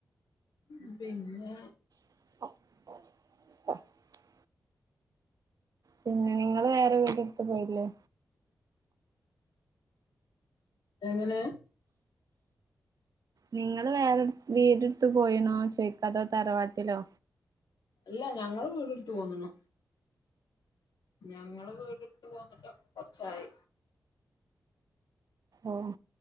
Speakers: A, on the left (about 85°); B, on the right (about 60°).
A: ഉം പിന്നെ
B: <inaudible> പിന്നെ നിങ്ങൾ വേറെ വീടെടുത്ത് പോയില്ലേ
A: എങ്ങനെ
B: നിങ്ങള് വേറെ വീടെടുത്ത് പോയിണോ ചോയിക്ക അതോ തറവാട്ടിലോ
A: അല്ല ഞങ്ങളും വീട് എടുത്തു പോന്നുണു ഞങ്ങള് വീട് എട്ത്ത് പോന്നിട്ടൊക്കെ കൊർച്ചായി
B: ആഹ്